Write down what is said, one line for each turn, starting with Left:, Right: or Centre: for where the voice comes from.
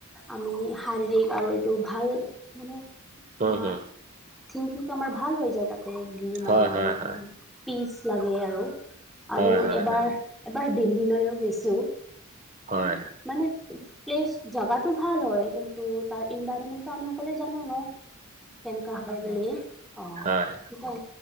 Centre: আমি শাৰীৰিক আৰু এইটো ভাল মানে
Right: উম,
Centre: মা
Right: হুম।
Centre: থিংকিংটো আমাৰ ভাল হৈ যায়, তাতে গ'লে মানে
Right: হয়, হয়,
Centre: অলপমান।
Right: হয়।
Centre: পিচ লাগে আৰু।
Right: হয়,
Centre: আৰু
Right: হয়,
Centre: এবাৰ,
Right: হয়।
Centre: এবাৰ দিল্লীলৈও গৈছো গৈছো।
Right: হয়,
Centre: কিন্তু মানে প্লেছ জাগাটো ভাল হয়। কিন্তু, তাৰ ইনভাইৰমেন্টটো আমি সকলোৱে জানো ন। কেনেকুৱা হয় বুলি। অৱ,
Right: হয়,
Centre: তাকেই